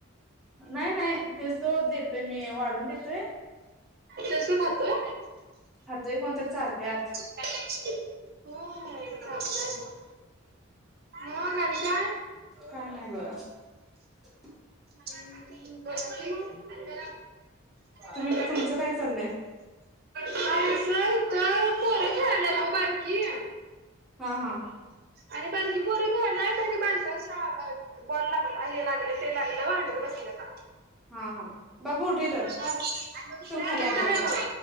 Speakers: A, in the centre; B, on the right (about 45°).
A: नाही नाही तेच तो देतोय मी वाढून देतोय
B: <inaudible> तसं खातोय?
A: खातोय कोण तर, चारतंय आत.
B: त्यापेक्षा होय, चांगलं आहे मग. मग आणि काय?
A: काय नाही, बघा.
B: हम्म, बोला की मग.
A: तुम्ही
B: <unintelligible>
A: तुमचं काय चाललंय
B: काय असं? इथं पोरं खेळायल्यात ओ, बारकी.
A: हा-हा.
B: आणि बारकी पोरं खेळायल्यात आणि बायका <inaudible> बॉल लागला, हे लागलं, ते लागलं भांडत बसल्याता.
A: हा हा बाबू उठ इधर
B: मग किती
A: चल खाली आज्जा
B: वेळ
A: जवळ
B: बोला?